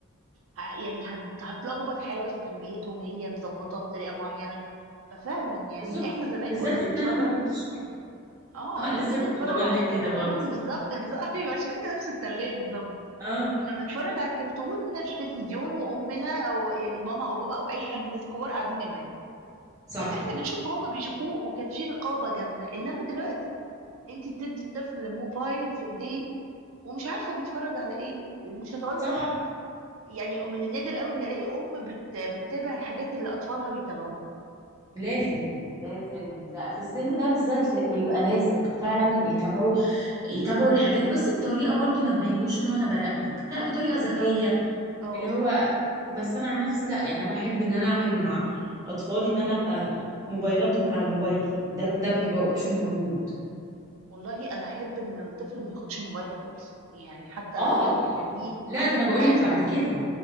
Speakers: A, on the right; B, on the right.
A: ه- يعني هت... هتلخبط حاجه في تربيتهم هي مظبطاها بطريقه معينه ففعلا يعني
B: بالظبط
A: احنا زمان
B: بالذات
A: كنا بنتفرج
B: ان انا ما كنتش كده.
A: اه
B: اه
A: احنا
B: لسه
A: زمان
B: كنت
A: كنا بنتفرج
B: بقول
A: على
B: لك
A: كرتون
B: كده برضه
A: بالظبط <laughs> الز- ايوه عشان احنا نفس التربيه بالظبط
B: اه
A: كنا بنتفرج على الكرتون في التلفزيون وامنا او يعني ماما او بابا او اي حد من الناس الكبار قاعدين جنبنا
B: صح
A: فاللي احنا بنشوفه هما بيشوفوه وكان في رقابه جامده انما دلوقتي انت بتدي الطفل موبايل في ايديه ومش عارفه بيتفرج على ايه ومش هتقعدي
B: صح
A: طبعا يعني من النادر قوي ان الاقي ام بت... بتتابع الحاجات اللي اطفالها بيتابعوها
B: لازم لازم ده في السن ده بالذات ل- بيبقى لازم فعلا يتابعوا يتابعوا الحاجات بس بطريقه برضو ما تبينلوش ان هو انا براقبك لا بطريقه
A: بالظبط
B: ذكيه
A: اه
B: اللي هو بس انا عن نفسي لا يعني انا احب ان انا اعمل مع اطفالي ان انا ابقى موبايلاتهم على موبايلي يعني ده ده بيبقى اوبشن موجود
A: والله انا احب ان الطفل ما ياخدش موبايل خالص يعني حتى
B: اه
A: لو ده هيخليه
B: لا ده انا بقول
A: حاسس
B: لك بعد كده